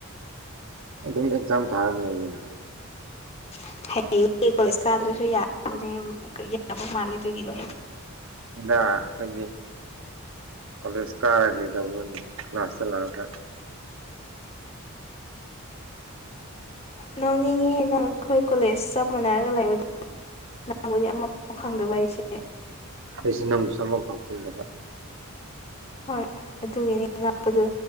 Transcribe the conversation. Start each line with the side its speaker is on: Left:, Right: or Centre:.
Right: ꯑꯗꯨꯝ ꯑꯦꯛꯖꯥꯝ ꯊꯥꯔ ꯂꯣꯏꯌꯦꯅ
Left: <unintelligible> ꯌꯥꯕ ꯃꯥꯜꯂꯦ ꯑꯗꯨꯒꯤꯅꯦ
Right: <unintelligible> ꯀꯣꯂꯦꯖ ꯀꯥꯔꯒꯩ ꯇꯧꯔꯅꯤ ꯀ꯭ꯂꯥꯁꯇ ꯂꯥꯛꯑꯒ
Left: ꯅꯣꯡꯅꯤꯡꯉꯤꯍꯦ ꯅꯪ ꯑꯩꯈꯣꯏ ꯀꯣꯂꯦꯖ ꯆꯞ ꯃꯥꯟꯅꯔꯒ ꯂꯩꯕꯗ <unintelligible> ꯈꯪꯗꯕ ꯑꯩꯁꯦ
Right: ꯑꯩꯁꯦ ꯅꯪꯁꯨ ꯁꯝꯕꯜ ꯈꯥꯆꯤꯜꯂꯒ
Left: ꯍꯣꯏ ꯑꯗꯨꯒꯤꯅꯤ ꯉꯛꯄꯗꯣ